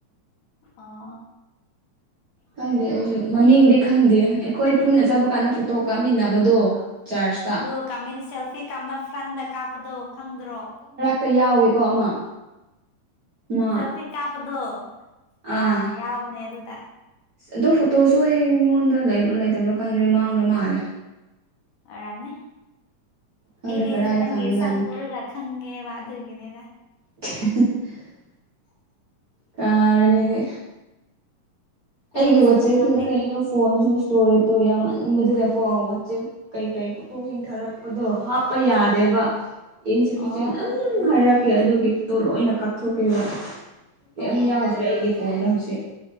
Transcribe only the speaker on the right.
ꯈꯪꯗꯦ ꯑꯩꯁꯨ ꯃꯃꯤꯡꯗꯤ ꯈꯪꯗꯦ ꯑꯩꯈꯣꯏ ꯄꯨꯟꯅ ꯆꯠꯕ ꯀꯥꯟꯗ ꯐꯣꯇꯣ ꯀꯥꯞꯃꯤꯟꯅꯕꯗꯣ ꯆꯥꯔꯖꯇ
ꯇ ꯌꯥꯎꯋꯦꯀꯣ ꯑꯃ ꯃꯥ
ꯑꯥ
ꯑꯗꯨ ꯐꯣꯇꯣꯁꯨ ꯑꯩꯉꯣꯟꯗ ꯂꯩꯕ꯭ꯔꯥ ꯂꯩꯇꯕ꯭ꯔꯥ ꯈꯪꯗ꯭ꯔꯦ ꯃꯥꯡꯈ꯭ꯔꯥ ꯃꯥꯜꯂꯦ
ꯈꯪꯗ꯭ꯔꯦ
ꯀꯔꯥꯏꯗ
ꯊꯝꯕꯖꯥꯠꯅꯣ
<inaudible> ꯀꯔ ꯏꯅꯦꯅꯦ
ꯑꯩꯒꯤ ꯋꯥꯆꯦꯞꯇꯨꯗ
ꯀꯩꯅꯣ ꯐꯣꯟꯁꯨ ꯏꯁꯇꯣꯔꯦꯇꯣ ꯌꯥꯝꯃꯟꯕꯗꯨꯗꯀꯣ ꯋꯥꯆꯦꯞ ꯀꯩ ꯀꯩ ꯐꯣꯇꯣꯁꯤꯡ ꯊꯥꯔꯛꯄꯗꯣ ꯍꯥꯞꯄ ꯌꯥꯗꯦꯕ ꯏꯟ
ꯑꯗꯨꯝ ꯍꯥꯏꯔꯛꯀꯦ ꯑꯗꯨꯒꯤ ꯐꯣꯇꯣ ꯂꯣꯏꯅ ꯀꯥꯞꯊꯣꯛꯀꯦꯕ ꯀ
ꯌꯥꯎꯗ꯭ꯔꯦ ꯑꯩꯒꯤ ꯐꯣꯟꯗ ꯍꯧꯖꯤꯛ